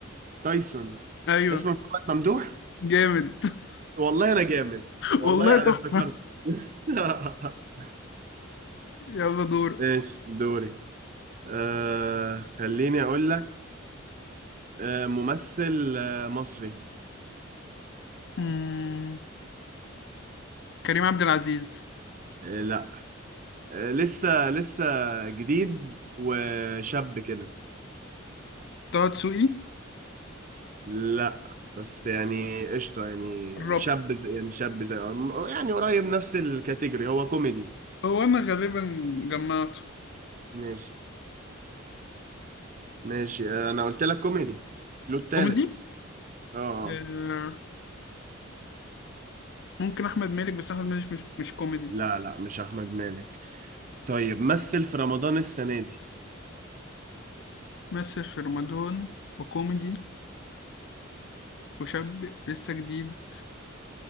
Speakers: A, on the right; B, on the left.
A: تايسون
B: ايوه
A: اسمه محمد ممدوح
B: جامد <laughs>
A: والله انا جامد والله
B: والله تحفه
A: انا افتكرت <laughs>
B: يلا دور
A: ماشي دوري آه خليني اقول لك آه ممثل آه مصري
B: مم. كريم عبد العزيز
A: آه لا آه لسه لسه جديد وشاب كده
B: طه دسوقي
A: لا بس يعني قشطة يعني
B: قربت
A: شاب زي يعني شاب زي يعني قريب نفس الكاتيجوري هو كوميدي
B: هو انا غالبا جمعته
A: ماشي ماشي آه، انا قلت لك كوميدي كلو التالت
B: كوميدي
A: اه آه.
B: آه، ممكن احمد مالك بس احمد مالك مش مش كوميدي
A: لا لا مش احمد مالك طيب مثل في رمضان السنة دي
B: مثل في رمضان وكوميدي وشاب لسه جديد